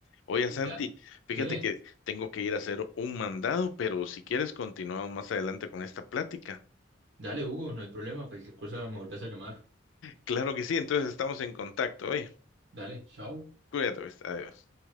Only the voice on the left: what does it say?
Oye, Santi,
fíjate
que tengo que ir a hacer un mandado, pero si quieres continuamos más adelante con esta plática.
Claro que sí, entonces estamos en contacto, oye,
cuídate, pues, adiós.